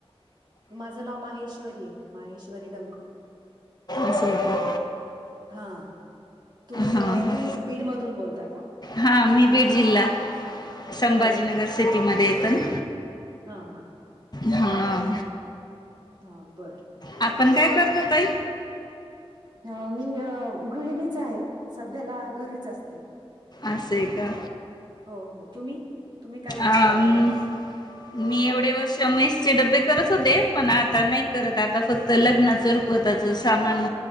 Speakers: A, on the right; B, on the left.
A: माझं नाव माहेश्वरी ये माहेश्वरी डंक.
B: असय का?
A: हा. तुम्ही
B: हा
A: क
B: हा
A: तुम्ही बीडमधून बोलताय का?
B: हा मी बीड जिल्हा, संभाजीनगर
A: बरं बर
B: सिटीमध्ये येतो ना?
A: हा हा.
B: हा.
A: हा बरं.
B: आपण काय करतो ताई?
A: अ मी अ गृहिणीच आहे सध्याला घरीच असते.
B: असय का?
A: हो हो तुम्ही तुम्ही काही
B: अम,
A: करता का?
B: मी एवढे वर्ष मेश चे डब्बे करत होते पण आता नाही करत आता फक्त लग्नाच रुकवताच सामान